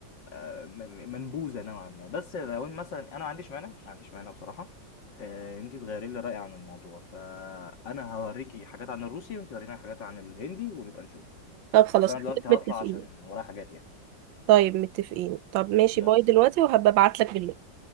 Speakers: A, on the left; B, on the right.
A: آه، م- م- منبوذه نوعا ما بس لو إن مثلا انا ما عنديش مانع ما عنديش مانع بصراحه آه، انت تغيري لي رايي عن الموضوع فانا هوريكي حاجات عن الروسي وانت وريني حاجات عن الهندي ونبقى نشوف
B: طب خلاص
A: بس انا دلوقتي هطلع
B: متفقين
A: عشان ورايا حاجات يعني
B: طيب متفقين طب ماشي
A: يلا
B: باي
A: سلام
B: دلوقتي وهبقى ابعت لك بالليل